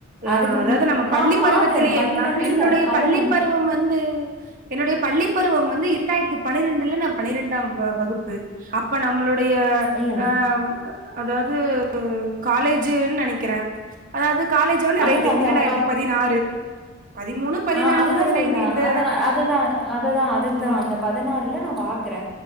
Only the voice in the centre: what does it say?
அதுக்கு
மு
நான்
பாத்தேன் பதினஞ்சுல
பதினஞ்
இல்லல்ல
அதுதான் அதுதான்
அஹ் அதுதா
சொல்ற
அத அதுதா அததா அதுதா
அந்த பதினாறுல நா பாக்கற